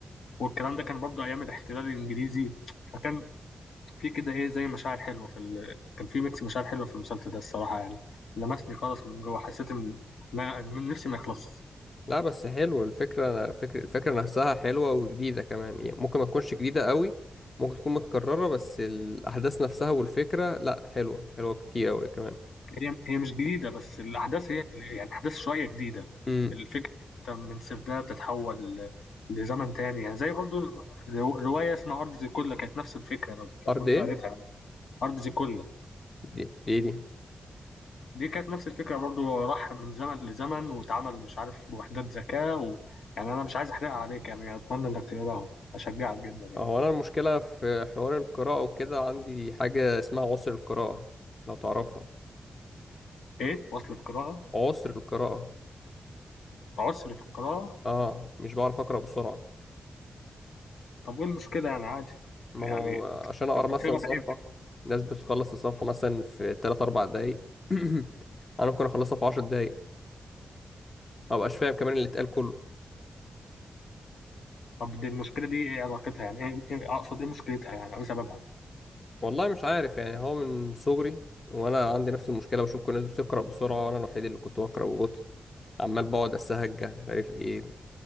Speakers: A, on the left; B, on the left.
A: والكلام ده كان برضه ايام الاحتلال الانجليزي فكان في كده ايه زي مشاعر حلوه في ال... كان في ميكس مشاعر حلوه في المسلسل ده الصراحه يعني لمسني خالص من جوه حسيت ان إن أنا- إن نفسي ما يخلص
B: لا بس حلو الفكرة فكرة الفكرة نفسها حلوة وجديدة كمان يعني ممكن ما تكونش جديدة قوي ممكن تكون متكررة بس الأحداث نفسها والفكرة لا حلوة حلوة كتير أوي كمان
A: هي هي مش جديده بس الاحداث هي اللي- يعني احداث شويه جديده
B: مم.
A: الفكره أنت من سرداب تتحول ل- لزمن تاني يعني زي برضو رو- روايه اسمها ارض زيكولا كانت نفس الفكره لو لو
B: ارض
A: كنت
B: ايه
A: قريتها يعني ارض زيكولا
B: دي دي, دي.
A: دي كانت نفس الفكره برضو راح من زمن لزمن واتعمل مش عارف بوحدات ذكاء و... يعني انا مش عايز احرقها عليك يعني اتمنى انك تقراها اشجعك جدا يعني.
B: هو انا المشكله في حوار القراءه وكده عندي حاجه اسمها عسر القراءه لو تعرفها
A: ايه وصلة قراءة
B: عسر القراءه
A: عسر في القراءة
B: اه مش بعرف اقرا بسرعه
A: طب وايه المشكلة يعني عادي
B: ما
A: يعني
B: هو عشان اقرا
A: انت
B: مثلا
A: بتقرا
B: صفحه
A: بعينك
B: الناس بتخلص الصفحه مثلا في 3 4 دقايق <clears throat> انا ممكن اخلصها في 10 دقايق ما بقاش فاهم كمان اللي اتقال كله
A: طب دي المشكلة دي ايه علاقتها يعني ايه إيه- اقصد ايه مشكلتها يعني او إيه سببها
B: والله مش عارف يعني هو من صغري وانا عندي نفس المشكله بشوف كل الناس بتقرا بسرعه وانا الوحيد اللي كنت بقرا ببطء عمال بقعد اسهج مش عارف ايه